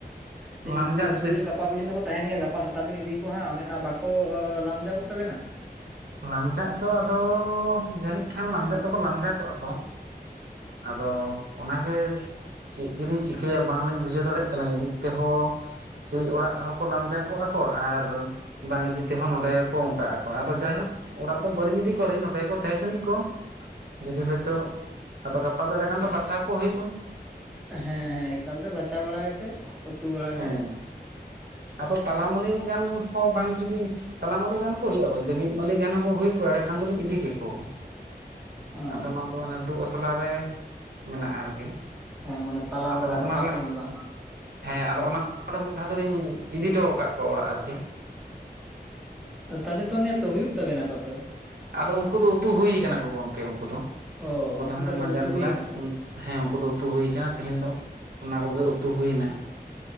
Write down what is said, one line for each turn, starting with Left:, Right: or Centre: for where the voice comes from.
Centre: ᱛᱮᱦᱤᱧ
Right: ᱞᱟᱢᱡᱟᱜ
Centre: ᱱᱩᱠᱩ ᱦᱟᱹᱠᱩ
Right: ᱥᱮ
Centre: ᱜᱟᱯᱟ ᱯᱚᱨᱡᱚᱱᱚ ᱠᱚ ᱛᱟᱦᱮᱱ ᱜᱮᱭᱟ ᱜᱟᱯᱟ ᱥᱮᱛᱟᱜ ᱵᱮᱱ ᱤᱫᱤ ᱠᱚᱣᱟ ᱦᱟᱸᱜ ᱚᱱᱮ ᱚᱱᱟ ᱵᱟᱠᱚ ᱞᱟᱢᱡᱟᱜᱚᱜ ᱛᱟᱵᱮᱱᱟ
Right: ᱞᱟᱢᱡᱟᱜ ᱫᱚ ᱟᱫᱚ ᱡᱟᱹᱱᱤᱡ ᱠᱷᱟᱱ ᱞᱟᱢᱡᱟᱜ ᱫᱚᱠᱚ ᱞᱟᱢᱡᱟ ᱠᱚᱜᱼᱟ ᱠᱚ ᱟᱫᱚ ᱚᱱᱟᱜᱮ ᱪᱮᱫ ᱡᱮᱞᱤᱧ ᱪᱤᱠᱟᱹᱭᱟ ᱵᱟᱝᱞᱤᱧ ᱵᱩᱡᱷᱟᱹᱣ ᱫᱟᱲᱮᱭᱟᱜ ᱠᱟᱱᱟ ᱤᱫᱤᱠ ᱛᱮᱦᱚᱸ ᱥᱮ ᱚᱲᱟᱜ ᱨᱮᱦᱚᱸ ᱠᱚ ᱞᱟᱢᱡᱟᱜᱚᱜ-ᱟ ᱠᱚ ᱟᱨ ᱵᱟᱝ ᱤᱫᱤ ᱛᱮᱦᱚᱸ ᱱᱚᱸᱰᱮ ᱜᱮ ᱠᱚ ᱚᱝᱠᱟᱜ-ᱟ ᱠᱚ ᱟᱫᱚ ᱡᱟᱭᱦᱳᱠ ᱚᱲᱟᱜ ᱫᱚ ᱵᱟᱹᱞᱤᱧ ᱤᱫᱤ ᱠᱚᱣᱟ ᱨᱤᱧ ᱱᱚᱸᱰᱮ ᱜᱮᱠᱚ ᱛᱟᱦᱮᱸ ᱦᱚᱪᱚᱱᱤᱡ ᱠᱚ ᱡᱩᱫᱤ ᱦᱳᱭᱛᱳ ᱟᱫᱚ ᱜᱟᱯᱟ ᱫᱚ ᱮᱱᱰᱮᱠᱷᱟᱱ ᱫᱚ ᱵᱟᱪᱷᱟᱣ ᱠᱚ ᱦᱩᱭᱩᱜᱼᱟ
Centre: ᱦᱮᱸ, ᱮᱠᱟᱞᱛᱮ ᱵᱟᱪᱷᱟᱣ ᱵᱟᱲᱟ ᱠᱟᱛᱮᱫ ᱩᱛᱩ ᱵᱟᱲᱟ
Right: ᱦᱮᱸ
Centre: ᱠᱟᱛᱮᱫ
Right: ᱟᱫᱚ ᱛᱟᱞᱟᱢᱟᱞᱤ ᱜᱟᱱ ᱦᱚᱸ ᱵᱟᱝ ᱡᱩᱫᱤ ᱛᱟᱞᱟᱢᱟᱞᱤ ᱜᱟᱱ ᱠᱚ ᱦᱩᱭᱩᱜᱼᱟ ᱠᱚ ᱡᱩᱫᱤ ᱢᱤᱫ ᱢᱟᱹᱞᱤ ᱜᱟᱱᱚ ᱠᱚ ᱦᱩᱭ ᱠᱚᱜ ᱮᱸᱰᱮ ᱠᱷᱟᱱ ᱫᱚᱞᱤᱧ ᱤᱫᱤ ᱠᱮᱠᱚᱣᱟ
Centre: ᱟᱪᱪᱷᱟ
Right: ᱟᱫᱚ ᱱᱚᱣᱟ ᱫᱚ ᱚᱱᱮ ᱫᱩ ᱟᱥᱞᱟᱨ ᱨᱮ ᱢᱮᱱᱟᱜᱼᱟ ᱟᱨᱠᱤ
Centre: ᱦᱮᱸ ᱢᱟᱱᱮ ᱛᱟᱞᱟ
Right: ᱟᱫᱚ
Centre: ᱢᱟᱞᱟ ᱨᱮ
Right: ᱚᱱᱟ
Centre: ᱚᱠᱟ ᱥᱮᱫ ᱦᱚᱸ ᱵᱟᱝ
Right: ᱦᱮᱸ ᱟᱫᱚ ᱚᱱᱟᱫᱚ ᱢᱤᱫ ᱫᱷᱟᱣ ᱫᱚᱞᱤᱧ ᱤᱫᱤ ᱦᱚᱴᱚ ᱟᱠᱟᱫ ᱠᱚᱣᱟ ᱚᱲᱟᱜ ᱨᱮᱜᱮ
Centre: ᱛᱟᱦᱚᱞᱮ ᱛᱚ ᱚᱱᱮ ᱛᱚ ᱦᱩᱭᱩᱜ ᱛᱟᱵᱮᱱᱟ ᱟᱠᱚᱛᱚ
Right: ᱟᱫᱚ ᱩᱱᱠᱩ ᱫᱚ ᱩᱛᱩ ᱦᱩᱭ ᱠᱟᱱᱟ ᱠᱚ ᱜᱚᱜᱠᱮ ᱩᱱᱠᱩ ᱫᱚ
Centre: ᱚ
Right: ᱩᱱᱠᱩ
Centre: ᱩᱱᱠᱩᱴᱟᱜ
Right: ᱫᱚ ᱦᱟᱱᱮ ᱢᱟᱸᱡᱟᱱ
Centre: ᱩᱛᱩ ᱦᱩᱭ
Right: ᱵᱮᱲᱟ
Centre: ᱠᱟᱱᱟ ᱠᱚ
Right: ᱦᱮᱸ ᱩᱱᱠᱩ ᱫᱚ ᱩᱛᱩ ᱦᱩᱭ ᱟᱠᱟᱱᱟ ᱛᱮᱤᱦᱮᱧ ᱫᱚ ᱚᱱᱟ ᱠᱚᱜᱮ ᱩᱛᱩ ᱦᱩᱭᱱᱟ